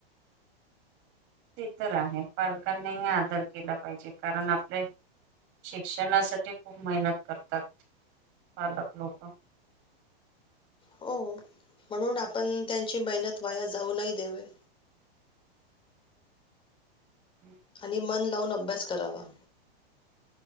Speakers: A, on the right; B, on the left.
A: ते तर आहे पालकांनीही आदर केला पाहिजे कारण आपले शिक्षणासाठी खूप मेहनत करतात पालक लोक
B: हो म्हणून आपण त्यांची मेहनत वाया जाऊ नाही देवूयात.
A: <unintelligible>
B: आणि मन लावून अभ्यास करावा.